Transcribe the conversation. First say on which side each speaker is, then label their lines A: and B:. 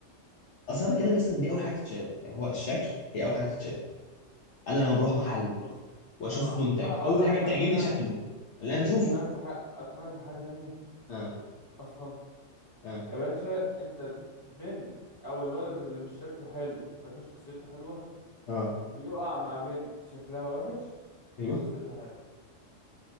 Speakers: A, on the left; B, on the left.
A: اصل انا بتكلم اصلا إن دي اول حاجه بتتشاف يعني هو الشكل هي اول حاجه بتتشاف انا لما بروح محل
B: بص
A: واشوف
B: أنا
A: منتج
B: أقول
A: اول
B: لك
A: حاجه
B: أقنعك
A: بتعجبني شكله اللي انا بشوفه
B: أقنعك بحق أقنعك بحاجة تانية
A: اه
B: أصلا
A: اه
B: يا باشا انت البنت او الولد اللي مش شكله حلو لكن شخصيته حلوة
A: اه
B: بيقع مع بنت شكلها وحش
A: ايوه
B: وشخصيتها حلوة